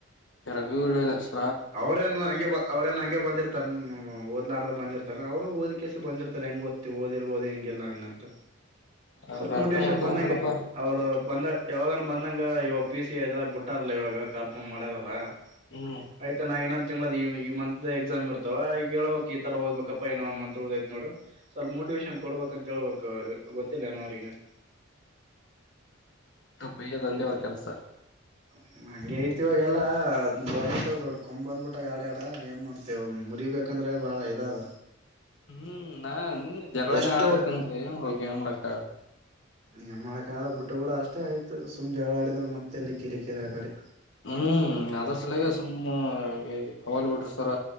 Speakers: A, on the left; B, on the right.
A: ಇರಗ ಕುದ <unintelligible>
B: ಅವ್ರೇನು ಹಂಗೆ ಬ ಅವ್ರೇನ್ ಹಂಗೆ ಬಂದಿರ್ ತನ್ ಎಲ್ಲಾರ ಬಂದಿರ್ತಾರ ಅವರು ಓದಿಕಕಸ ಬಂದಿತಾರೆ ಹೆಂಗ ಓದ್ತಿ ದಿರ್ಹದು ಹೆಂಗಿಲ್ಲಲ್ಲ ಹಂಗ ಅಂತ ಸ್ವಲ್ಪ
A: ಅವ್ರು
B: ಮೋಟಿವೇಶನ್
A: ಅರ್ಥ ಮಾಡ್ಕೊಬೇಕಲ್ಲಪ್ಪಾ
B: ಬಂದಂ ಅವರು ಬಂದಾಗ ಯಾವಾಗ ಬಂದಂಗ ಇವಾಗ ಪಿ ಸಿ ಅ ಬಿಟ್ಟಾರಲ್ಲಾ ಇವಾಗ ಕಾಲ್ಫಾರ್ಮ್ ಮಾಡ್ಯಾರಲ್ಲಾ
A: ಹ್ಮ್
B: ಆಯ್ತ ನಾ ಇನ್ನೊಂದ ತಿಂಗಳು ಈ ಮಂತ್ ಎಕ್ಸಾಮ್ ಇರ್ತವ ಹ ಹೇಳಳ್ಬೇಕಕ್ ಈ ತರ ಓದ್ಬೇಕಪ್ಪಾ ಇನ್ನ ಒಂದ ಮಂತ್ ಉಳದೈ್ತ್ ನೋಡು ಸ್ವಲ್ಪ ಮೋಟಿವೇಶನ್ ಕೊಡ್ಬೇಕಂತ ಹೇಳ್ಬೇಕ ಅವ್ರ ಗೊತ್ತಿಲ್ಲನ ಅವ್ರಗೆ
A: ಬಯ್ಯದೊಂದೇ ಅವರ್ ಕೆಲಸ
B: <unintelligible> ಹಂಗಗೆ ಐತಿವಾಗೆಲ್ಲಾ ಗೋರ್ಮಂಟ್ ದೊಡ್ಡ ಕೊಂಬ್ ಬ್ಬಿಟ್ಟ ಎಡ್ಯಾಡ ಏನ್ ಮಾಡ್ತೇವ ಮುರಿಬೇಕ ಅಂದ್ರೆ ಭಾಳ ಇದಾಗ
A: ಹ್ಮ್ ನಾ ನಿನ್ ಜಗಳನ
B: ಎಷ್ಟು
A: ಆಡ್ಬೇಕಂದ್ರ ಏನ್ ಹೋಗ ಏನ್ ಮಾಡ ಆಗಲ್ಲ
B: ನಿಮ್ಮಳ ಕಾಲ ಬುಟ್ಟ ಕೂಡ ಅಷ್ಟೇ ಆಯ್ತು್ ಜಗಳ ಆಡಿದ್ರೆ ಮತ್ತೆ ಎಲ್ಲಿ ಕಿರೆಕಿರೆ ಆ ಕಡೆ
A: ಹ್ಮ್ ಅದ್ರ ಸಲಾಗ ಸುಮ್ಮ ಹೋಲ್ಬ ಬಿಟ್ರರು ಸವರ